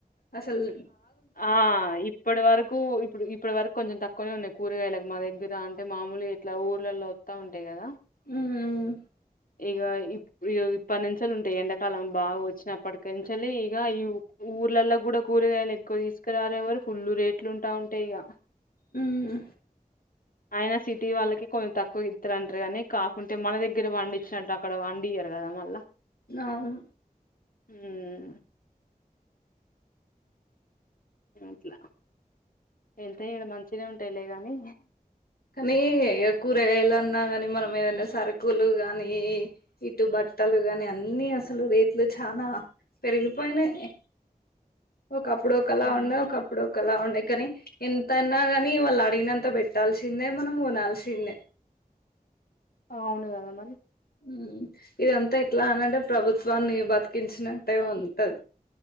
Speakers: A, on the left; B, on the left.
A: అసల్
B: ఆ ఇప్పడి వరకు ఇప్పుడు ఇప్పటి వరకు కొంచెం తక్కువనే ఉన్నయి కూరగాయలకు మా దగ్గర అంటే మామూలు ఎట్లా ఊర్లలో ఒత్త ఉంటాయి కదా
A: ఉమ్ ఉమ్
B: ఇగ ఇప్ ఇప్పటి నుంచలి ఉంటాయి ఎండాకాలం బాగా వచ్చినప్పటి నుంచి ఇగ ఈ ఊర్లలో కూడా కూరగాయలు ఎక్కువ తీసుకురాలేవరు ఫుల్ రేట్లు ఉంటా ఉంటాయి ఇగ
A: మ్మ్
B: ఆయన సిటీ వాళ్ళకి కొంచె టాక్ ఇతరంటరు కానీ కాకుంటే మన దగ్గర వండి చి నట్టు అక్కడ వండియరు కదా మళ్ళా
A: అవును
B: ఉమ్ అట్లా ఎంత ఈడ మంచినే ఉం ట్టేలే గాని
A: కనీ కూరగాయలు అన్నా గని మనం ఏదనా సరుకులు గానీ ఇటు బట్టలు గాని అన్ని అసలు రేట్లు చానా పెరిగిపోయినయి ఒకప్పుడు ఒకలా
B: అవును
A: ఉన్నా ఒకప్పుడు లా ఉండే కాని ఎంతన్నా కాని వాళ్ళు అడిగినంత వెట్టాల్సిందే మనం కొనాల్సిందే
B: అవును గద మరి
A: మ్మ్ ఇదంతా ఇట్లా అనంట ప్రభుత్వాన్ని బతికించినట్టే ఉంటది